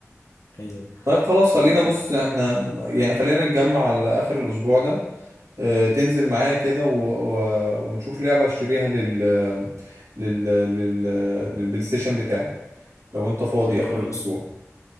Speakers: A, on the left; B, on the right.
A: ايوه
B: طيب خلاص خلينا
A: لا لا
B: بص احنا يعني خلينا نتجمع على آخر الأسبوع ده آه، تنزل معايا كده و... و... ونشوف لعبة اشتريها لل... لل... لل... للبلاي ستيشن بتاعي لو انت فاضي اخر
A: خلاص
B: الاسبوع